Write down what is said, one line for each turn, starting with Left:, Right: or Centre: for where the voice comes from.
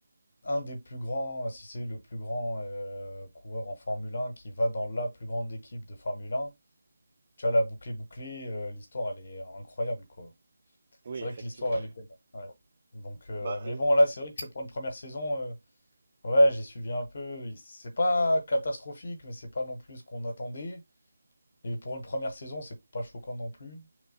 Left: un des plus grands, si c'est le plus grand euh, coureur en Formule 1 qui va dans la plus grande équipe de Formule 1, tu vois, la bouclée bouclée, euh, l'histoire, elle est incroyable, quoi.
Right: Oui,
Left: C'est
Right: effectivement.
Left: vrai que l'histoire, elle est belle. ouais. Donc, euh,
Right: Bah,
Left: mais
Right: l-
Left: bon, là, c'est vrai que pour une première saison, euh, ouais, j'ai suivi un peu. C'est pas catastrophique, mais c'est pas non plus ce qu'on attendait. Et pour une première saison, c'est pas choquant non plus.